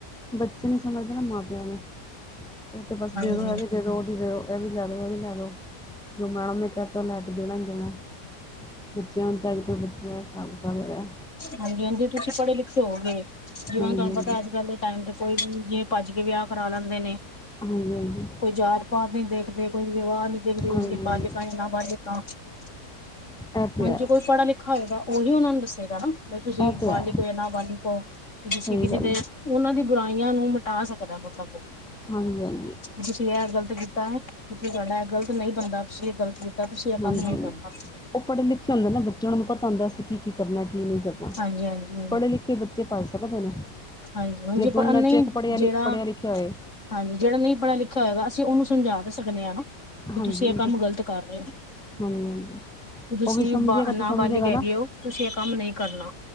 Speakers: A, in the centre; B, on the left.
A: ਬੱਚੇ ਨੀ ਸਮਝਦੇ ਨਾ ਮਾਂ ਪਿ ਨੂੰ ਉਹ ਤੇ ਬੱਸ
B: ਹਾਂਜੀ
A: ਦੇ ਦੋ ਐ ਵੀ ਦੇ ਦੋ ਉਹ ਵੀ ਦੇ ਦੋ। ਇਹ ਵੀ ਲਯਾਦੋ ਓਹ ਵੀ ਲੈਦੋ, ਜੋ ਮੈ ਉਹਨ ਨੇ ਕਹਿਤਾ ਉਹ ਲੈ ਕੇ ਦੇਣਾ ਹੀ ਦੇਣਾ। ਬੱਚਿਆਂ ਹੁਣ ਤੇ ਅੱਜ ਕੱਲ੍ਹ ਬੱਚਿਆਂ ਦਾ ਹਿਸਾਬ ਕਿਤਾਬ ਹੈਗਾ।
B: ਹਾਂਜੀ ਹਾਂਜੀ ਤੁਸੀਂ ਪੜ੍ਹੇ ਲਿਖੇ ਹੋਵੋਗੇ ਜਿਵੇਂ
A: ਹਾਂਜੀ
B: ਹੁਣ ਤੁਹਾਨੂੰ
A: ਹਾਂਜੀ
B: ਪਤਾ ਅੱਜ ਕੱਲ ਦੇ ਟਾਈਮ ਚ ਕੋਈ ਵੀ ਜਿਵੇਂ ਭੱਜ ਕੇ ਵਿਆਹ ਕਰਾ ਲੈਂਦੇ ਨੇ,
A: ਹਾਂਜੀ- ਹਾਂਜੀ।
B: ਕੋਈ ਜਾਤ ਪਾਤ ਨੀ ਦੇਖਦੇ ਕੋਈ ਰਿਵਾਜ਼ ਨਹੀਂ ਦੇਖਦੇ <unintelligible>
A: ਹਾਂਜੀ ਹਾਂਜੀ ਇਹ ਤੇ
B: ਹੁਣ
A: ਹੈ
B: ਜੇ ਕੋਈ ਪੜ੍ਹਾ ਲਿਖਾ ਹੋਏਗਾ ਉਹੀ ਉਹਨਾ ਨੂੰ ਦੱਸੇਗਾ ਨਾ। ਬਈ ਤੁਸੀਂ
A: ਇਹ ਤੇ
B: ਬਾਲਿਕ
A: ਹੈ
B: ਹੋ ਯਾ ਨਾ ਬਾਲਿਕ ਹੋ, ਤੁਸੀਂ
A: ਸਹੀ
B: ਕਿਸੇ
A: ਗੱਲ
B: ਦੇ
A: ਹੈ
B: ਉਹਨਾਂ ਦੀ ਬੁਰਾਈਆਂ ਨੂੰ ਮਿਟਾ ਸਕਦਾ ਮਤਲਬ ਕੇ।
A: ਹਾਂਜੀ-ਹਾਂਜੀ।
B: ਤੁਸੀਂ ਇਹ ਗ਼ਲਤ ਕੀਤਾ ਏ, ਜੇ ਤੁਵਾਡਾ ਐਹ ਗਲਤ ਨਹੀਂ ਬਣਦਾ ਤੁਸੀਂ ਇਹ ਗ਼ਲਤ ਤੁਸੀਂ ਇਹ ਕੰਮ
A: ਹਾਂਜੀ
B: ਨਹੀਂ ਕਰਨਾ।
A: ਔਹ ਉਹ ਪੜ੍ਹੇ ਲਿਖੇ ਹੁੰਦੇ ਨਾ ਬੱਚੇ ਜੇ ਓਹਨਾ ਨੂੰ ਪਤਾ ਹੁੰਦਾ ਅਸੀ ਕੀ ਕੀ ਕਰਨਾ ਕੀ ਨਹੀਂ ਕਰਨਾ
B: ਹਾਂਜੀ ਹਾਂਜੀ
A: ਪੜ੍ਹੇ ਲਿਖੇ ਬੱਚੇ ਪਜ ਸਕਦੇ ਨੇ।
B: ਹਾਂਜੀ ਹੁਣ
A: ਜੇ ਦੋਨਾਂ
B: ਨਹੀਂ
A: ਚ ਇੱਕ ਪੜ੍ਹਿਆ,
B: ਜਿਹੜਾ
A: ਪੜ੍ਹਿਆ ਲਿਖਿਆ ਹੋਏ
B: ਹਾਂਜੀ ਜਿਹੜਾ ਨਹੀਂ ਪੜ੍ਹਾ ਲਿਖਿਆ ਹੋਏਗਾ ਅਸੀਂ ਉਹਨੂੰ ਸਮਜਾ ਤਾਂ ਸਕਦੇ ਹਾਂ ਨਾ।
A: ਹਾਂਜੀ
B: ਤੁਸੀਂ
A: ਹੁਣ
B: ਇਹ ਕੰਮ ਗ਼ਲਤ ਕਰ ਰਹੇ ਹੋ।
A: ਹਾਂਜੀ ਹਾਂਜੀ
B: ਬਈ ਤੁਸੀਂ
A: ਉਹ ਵੀ ਸਮਝੇਗਾ
B: ਬ
A: ਤੇ
B: ਨਾਬਾਲਿਗ
A: ਸਮਝੇਗਾ
B: ਹੈਗੇ ਹੋ ਤੁਸੀਂ ਇਹ ਕੰਮ ਨਹੀਂ ਕਰਨਾ।